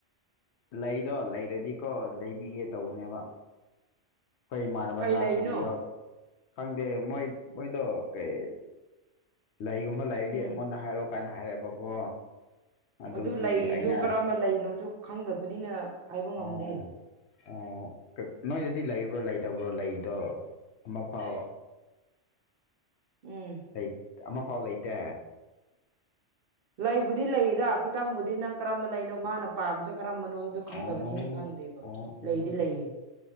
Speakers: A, on the left; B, on the right.
A: ꯂꯩꯗꯣ ꯂꯩꯔꯗꯤꯀꯣ ꯂꯩꯕꯤꯒꯦ ꯇꯧꯕꯅꯦꯕ ꯈ‌ꯣꯏ ꯏꯃꯥꯟꯅꯕꯅ
B: ꯀꯩ ꯂꯩꯅꯣ
A: ꯍꯪꯕꯤꯌꯣ ꯈꯪꯗꯦ ꯃꯣꯏ ꯃꯣꯏꯗꯣ ꯀꯩ ꯂꯩꯒꯨꯝꯕ ꯂꯩꯔꯗꯤ
B: ꯎꯝ
A: ꯑꯩꯉꯣꯟꯗ ꯍꯥꯏꯔꯛꯣ ꯀꯥꯏꯅ ꯍꯥꯏꯔꯛꯑꯦꯕꯀꯣ ꯑꯗꯨꯒꯤ
B: ꯑꯗꯨ ꯂꯩꯗꯨ
A: ꯑꯩꯅ
B: ꯀꯔꯝꯕ ꯂꯩꯅꯣꯁꯨ ꯈꯪꯗꯕꯅꯤꯅ ꯍꯥꯏꯕ ꯉꯝꯗꯦ
A: ꯑꯣ ꯑꯣ ꯅꯣꯏꯗꯗꯤ ꯂꯩꯕ꯭ꯔꯣ ꯂꯩꯇꯕ꯭ꯔꯣ ꯂꯩꯗꯣ ꯑꯃꯐꯥꯎ
B: ꯎꯝ
A: ꯂꯩ ꯑꯃꯐꯥꯎ ꯂꯩꯇꯦ
B: ꯂꯩꯕꯨꯗꯤ ꯂꯩꯌꯦꯗ ꯈꯤꯇꯪꯕꯨꯗꯤ ꯅꯪ ꯀꯔꯝꯕ ꯂꯩꯅꯣ ꯃꯥꯅ ꯄꯥꯝꯁꯦ ꯀꯔꯝꯕꯅꯣꯗ ꯈꯪꯗꯕꯅꯤꯅ
A: ꯑꯣ
B: ꯈꯪꯗꯦꯕ
A: ꯑꯣ ꯑꯣ
B: ꯂꯩꯗꯤ ꯂꯩꯌꯦ